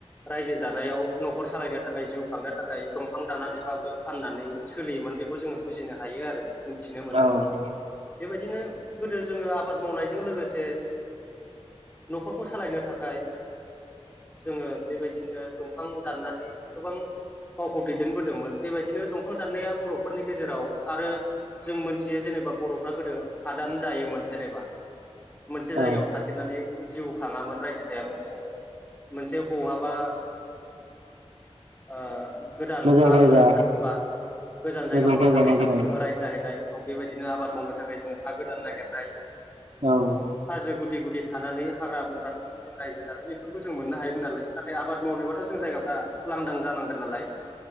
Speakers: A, on the left (about 15°); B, on the right (about 75°).
A: रायजो जानायाव न'खर सालायनो थाखाय जिउ खांनो थाखाय दं फां दानानैबाबो फाननानै सोलियोमोन बेखौ जोङो बुजिनो हायो आरो मिथिनो मोनो
B: औ औ
A: बेबायदिनो गोदो जोङो आबाद मावनायजों लोगोसे न'खरखौ सालायनो थाखाय जोङो बेबायदिनो दंफां दाननानै गोबां गावखौ दैदेनबोदोंमोन बेबायदिनो दंफां दाननाया बर'फोरनि गेजेराव आरो जों मोनथियो जेने बा बर'फ्रा गोदो हादान जायोमोन जेनेबा। मोनसे जायगायाव
B: औ
A: थाथिनानै जिउ खाङामोन रायजो जायामोन जोङो। मोनसे बहाबा ओ गोदान
B: मोजां
A: हाफोर
B: जायगा
A: ओंखारदोंबा गोजान जायगाफ्राव
B: मोजां जायगा
A: थाङै
B: नागिरनानै
A: थाङै जोङो रायज्लाहैनाय। औ बेबायदिनो आबाद मावनो थाखाय जोङो हा गोदान नागिरनाय।
B: औ।
A: हाजो गुदि गुदि थानानै हाग्रा बंग्रा थानायजों रायजो जानाय ब बेफोरखौ जों मोननो हायोमोन नालाय नाथाय आबाद मावनोबाथ' जों जायगाफ्रा लांदां जानांगोन नालाय।